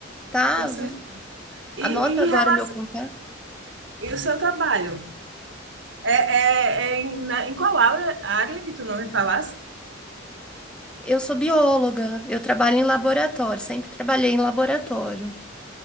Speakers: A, in the centre; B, on the right.
A: tá?
B: Com
A: Vi-
B: cer- E,
A: Anota
B: e, em
A: agora
B: rela-
A: meu contato.
B: e o seu trabalho? É, é, é em, na, em qual área, área que tu não me falasse?
A: Eu sou bióloga, eu trabalho em laboratório, sempre trabalhei em laboratório.